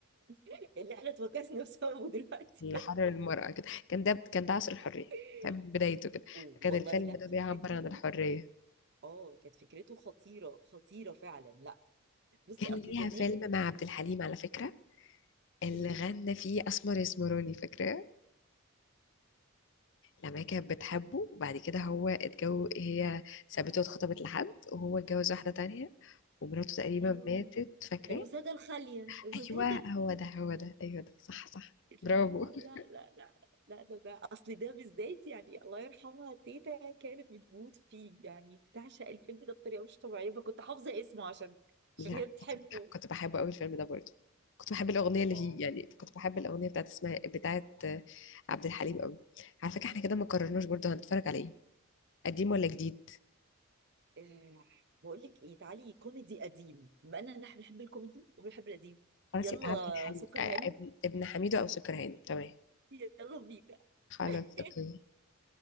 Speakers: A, on the right (about 50°); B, on the left (about 55°).
A: <laughs> اللي احنا اتوكسنا بسببه دلوقتي
B: اللي حرر المرأة كده كان ده كان ده عصر الحرية
A: <laughs>
B: كان بدايته كده
A: والله
B: كان الفيلم
A: لا
B: ده
A: فكرته
B: بيعبر عن الحرية
A: اه كانت فكرته خطيرة خطيرة فعلا لا بصي
B: كان
A: اصل
B: ليها
A: زمان
B: فيلم مع عبد الحليم على فكرة اللي
A: إيه،
B: غنى فيه اسمر يسمراني فاكراه لما هي كانت بتحبه وبعد كده هو اتجوز هي سابته واتخطبت لحد وهو اتجوز واحده تانية ومراته تقريبا
A: اه
B: ماتت فاكراه
A: الوسادة الخالية الوسادة
B: ايوه
A: الخالية
B: هو ده هو ده ايوه ده صح صح برافو
A: لا
B: <laughs>
A: لا لا لا لا ده ده اصل ده بالذات يعني الله يرحمها تيتا كانت بتموت فيه يعني بتعشق الفيلم ده بطريقة مش طبيعية فكنت حافظة اسمه عشان
B: لا
A: عشان هي بتحبه
B: كنت بح- كنت بحبه قوي الفيلم ده برضه كنت بحب الاغنيه اللي
A: اه
B: فيه يعني كنت بحب الاغنيه بتاعت اسمها بتاعت آه، عبد الحليم قوي على فكره احنا كده ما قررناش برضه هنتفرج على ايه قديم ولا جديد
A: آه، بقول لك ايه تعالي كوميدي قديم بما اننا نحن بنحب الكوميدي وبنحب القديم
B: خلاص
A: يلا
B: يبقى عبد الحليم
A: سكر
B: آه،
A: هانم
B: ابن ابن حميدو او سكران تمام
A: يلا بينا
B: خلاص
A: <laughs>
B: اوكي